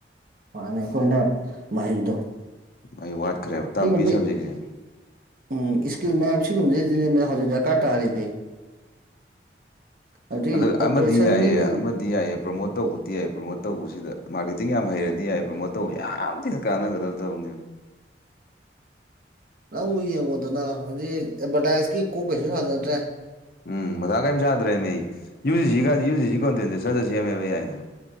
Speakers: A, on the right; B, on the left.
A: ꯃꯥꯅꯤ ꯑꯩꯈꯣꯏꯅ ꯃꯍꯩꯗꯣ
B: ꯑꯩ ꯋꯥꯠꯈ꯭ꯔꯦꯕ ꯇꯝꯃꯤ
A: ꯁꯤꯒꯨꯝꯕ
B: ꯁꯕꯖꯦꯛꯁꯦ
A: ꯎꯝ ꯏꯁꯀꯤꯜ ꯃꯌꯥꯝ ꯁꯤꯒꯨꯝꯕꯗꯩ ꯍꯧꯖꯤꯛ ꯗꯔꯀꯥꯔ ꯇꯥꯔꯤꯗꯤ ꯍꯧꯖꯤꯛ
B: ꯑꯗ
A: ꯑꯣꯄꯔꯦꯁꯟ
B: ꯑꯃꯗꯤ ꯌꯥꯏꯌꯦ
A: ꯃꯤꯒꯤ
B: ꯗꯤ ꯌꯥꯏꯌꯦ ꯄ꯭ꯔꯣꯃꯣꯠ ꯇꯧꯕꯗꯤ ꯌꯥꯏ ꯄ꯭ꯔꯣꯃꯣꯠ ꯇꯧꯕꯁꯤꯗ ꯃꯥꯔꯀꯦꯇꯤꯡ ꯌꯥꯝ ꯍꯩꯔꯗꯤ ꯌꯥꯏ ꯄ꯭ꯔꯣꯃꯣꯠ ꯇꯧꯕ ꯌꯥꯝ ꯊꯤꯅ ꯀꯥꯟꯅꯒꯗꯕ ꯇ ꯎꯅꯦꯅꯤꯔ
A: ꯅꯪꯕꯨ ꯌꯦꯡꯉꯣꯗꯅ ꯍꯧꯖꯤꯛ ꯑꯦꯗꯚꯔꯇꯥꯏꯁꯀꯤ ꯀꯣꯛ ꯀꯩꯁꯨ ꯍꯥꯟꯅꯗ꯭ꯔꯦ
B: ꯎꯝ ꯃꯊꯥ ꯀꯔꯤꯝ ꯁꯥꯗ꯭ꯔꯦꯃꯦ ꯑꯩ ꯌꯨ ꯖꯤꯁꯤꯒ ꯌꯨ ꯖꯤꯁꯤ ꯀꯣꯟꯇꯦꯟꯁꯦ ꯆꯠꯖ ꯁꯦꯝꯃꯦꯕ ꯌꯥꯏꯅ